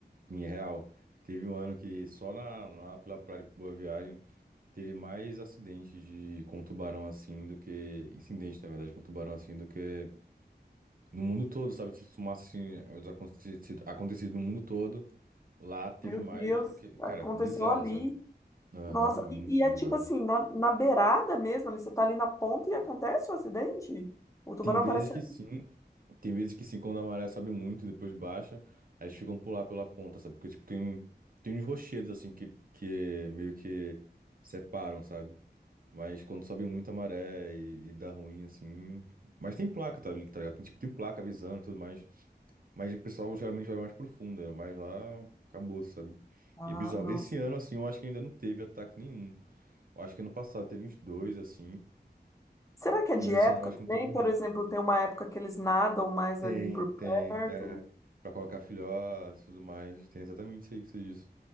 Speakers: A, on the right (about 55°); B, on the left (about 20°).
A: em real, teve um ano que só na, lá pela praia de Boa Viagem. Teve mais acidentes de, com tubarão assim do que. Incidente, na verdade, com tubarão assim do que no mundo todo, sabe? Se somasse assim, os acontecidos, acontecidos no mundo todo, lá teve
B: Meu
A: mais
B: Deus,
A: do que.
B: aconteceu
A: Cara, bizarro,
B: ali.
A: sabe? Aham,
B: Nossa,
A: muito
B: e, e é
A: bizarro.
B: tipo assim, na, na beirada mesmo, ali, você tá ali na ponta e acontece o acidente? O tubarão
A: Tem vezes
B: parece.
A: que sim, tem vezes que sim, quando a maré sobe muito, depois baixa, aí eles ficam pular pela ponta, sabe? Porque, tipo, tem, um- tem uns rochedos assim que, que meio que separam, sabe? Mas quando sobe muito a maré e, e dá ruim, assim. Mas tem placa, tá, tá ligado? Tem, tipo, tem placa avisando e tudo mais. Mas o pessoal geralmente vai mais profundo, né? Mas lá acabou, sabe?
B: Ah,
A: E é bizarro.
B: nossa.
A: Esse ano, assim, eu acho que ainda não teve ataque nenhum. Eu acho que ano passado teve uns dois, assim.
B: Será que é de
A: Mas esse
B: época
A: ano eu acho
B: também?
A: que não teve nenhum.
B: Por exemplo, tem uma época que eles nadam mais
A: Tem,
B: ali por
A: tem.
B: perto.
A: É. Pra colocar filhote e tudo mais. Tem exatamente isso aí que você disse.